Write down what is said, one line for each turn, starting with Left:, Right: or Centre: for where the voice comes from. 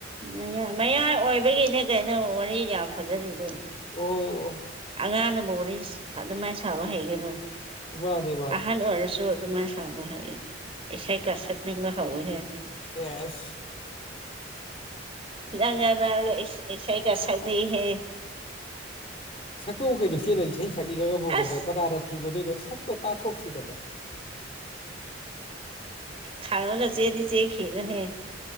Right: ꯃꯌꯥ ꯃꯌꯥꯏ ꯑꯣꯏꯕꯒꯤꯅꯦ ꯀꯩꯅꯣ ꯋꯥꯔꯤ ꯌꯥꯝ ꯐꯖꯔꯤꯗꯣ
Left: ꯑꯣ
Right: ꯑꯉꯥꯡꯅꯕꯨꯔꯤꯁ ꯑꯗꯨꯃꯥꯏꯅ ꯁꯥꯕ ꯍꯩꯒꯔꯣ
Left: ꯋꯥꯗꯦ
Right: ꯑꯍꯟ ꯑꯣꯏꯔꯁꯨ ꯑꯗꯨꯃꯥꯏꯅ ꯁꯥꯕ ꯍꯥꯏꯌꯦꯕ ꯏꯁꯩꯥꯏ ꯀꯥꯁꯛꯅꯤꯡꯕ ꯍꯥꯎꯋꯤꯍꯦ
Left: ꯆꯦꯁ
Right: ꯅꯪ ꯉꯥꯔꯛꯁꯨ ꯏꯁꯩꯒ ꯁꯥꯛꯅꯤꯡꯑꯍꯦ
Left: ꯁꯛꯇꯣꯛꯎ ꯀꯩꯅꯣ ꯅꯆꯦꯅ ꯏꯁꯩ ꯁꯛꯅꯤꯡꯉꯒꯕꯨ ꯀꯩꯅꯣ
Right: ꯑꯁ
Left: ꯀꯅꯥꯅ ꯊꯤꯡꯉꯨꯗꯣꯏꯅꯣ ꯁꯛꯇꯣ ꯇꯥꯊꯣꯛꯁꯤꯗꯅ
Right: ꯈꯪꯉꯒ ꯆꯦꯟꯗꯤ ꯆꯦꯈꯤꯅꯨꯍꯦ